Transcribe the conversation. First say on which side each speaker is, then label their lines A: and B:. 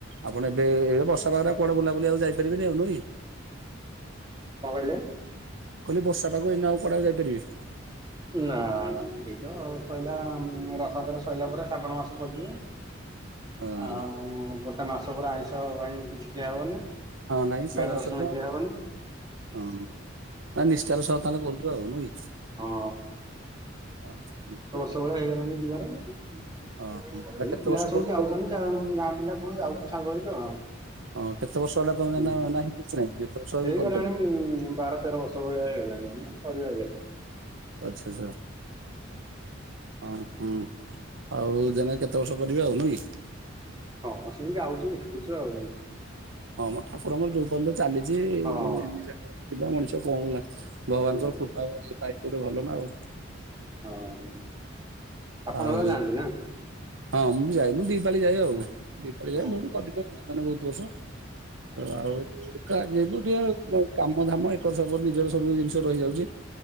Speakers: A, on the right; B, on the right.
A: ଆପଣ ଏବେ ଏବେ ବର୍ଷା ପାଗରେ କୁଆଡ଼େ ଆଉ ବୁଲାବୁଲି ଆଉ ଯାଇପାରିବେନି ନୁହଁକି।
B: କଣ କହିଲେ?
A: ମୁଁ କହିଲି ବର୍ଷା ପାଗ ଏଇନା ଆଉ କୁଆଡ଼େ ଯାଇପାରିବେ।
B: ନା ନା ଏଇତ ଆଉ ସଇଲା ରଥଯାତ୍ରା ସଇଲା ପରେ ଶ୍ରାବଣ ମାସ ପସିଯିବ।
A: ହଁ
B: ଆଉ ଗୋଟେ ମାସ ପୁରା ଆଇଁଷ ପାଣି କିଛି ଖିଆ ହବନି। ପିଆଜ
A: ହଁ ନାଇଁ ଶ୍ରାବଣ ମାସରେ
B: ରସୁଣ
A: ତ
B: ଖିଆ ହବନି।
A: ହଁ। ମାନେ ନିଷ୍ଠାର ସହ ତାହେଲେ କରୁଚ ଆଉ ନୁହଁକି
B: ହଁ
A: ହଁ।
B: କେତେ ଭଳିଆ ହେଇଗଲଣି ଯିବାର ତଥାପି
A: ହଁ ଏଟା କେତେ
B: ପିଲା
A: ବର୍ଷ
B: ସବୁ
A: ପର୍ଯ୍ୟନ୍ତ
B: ଯାଉଚନ୍ତି ଗାଁ ପିଲା ସବୁ ଯାଉଚି ସାଙ୍ଗ ହେଇକି ଆଉ।
A: ହଁ କେତେ ବର୍ଷ ଏଟା ତମେ
B: ହୁଁ
A: ନା ନାହିଁ କିଛି ନାହିଁ ଯେତେ ବର୍ଷ
B: ହେଇଗଲାଣି
A: ବି କରିପାରିବ
B: ବାର ତେର ବ ସବୁ ବେଳେ ହେଲାଣି ନା ସରିଆଇଲାଣି।
A: ଆଚ୍ଛା ଆଚ୍ଛା। ହଁ ହୁଁ ଆଉ ଜାନେ କେତେ ବର୍ଷ କରିବେ ଆଉ ନୁହେଁ କି।
B: ହଁ ସେମିତି ଯାଉଚି <unintelligible> ଆଉ।
A: ହଁ ମ ଠାକୁରଙ୍କର ଯୋଉ ପର୍ଯ୍ୟନ୍ତ ଚାଲିଚି
B: ହଁ
A: ନିଳାଖେଳା ଯିବା ମଣିଷ କଣ ହେଲା ଭଗବାନଙ୍କର
B: ହୁଁ
A: କୃପାରୁ <unintelligible> ଭଲ ନା ଆଉ।
B: ହଁ। ଆପଣ
A: ଆଉ
B: ଯାଆନ୍ତି ନା
A: ହଁ ମୁଁ ବି ଯାଏ, ଦି ପାଳି ଯାଏ ଆଉ
B: ହଁ
A: ଦି ପାଳି
B: ହଁ
A: ଯାଏ ମୁଁ ବି କଲିିନା ମାନେ ବହୁତ ବର୍ଷ, ଆଉ ଯେହେତୁ ଟିକେ କାମ ଧାମ ଏକର ସେକର ନିଜର ସବୁ ଜିନିଷ ରହିଯାଉଛି।